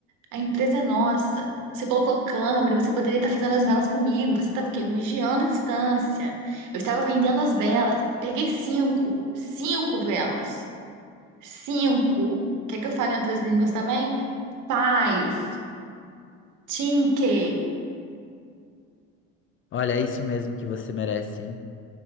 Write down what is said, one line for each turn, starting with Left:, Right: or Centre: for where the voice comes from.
Right: A empresa é nossa. Você colocou câmera, você poderia estar fazendo as velas comigo. Você estava o quê? Me vigiando à distância. Eu estava vendendo as velas. Peguei cinco. Cinco velas. Cinco. Quer que eu fale em outras línguas também? Five. Cinque.
Left: Olha, é isso mesmo que você merece, hein?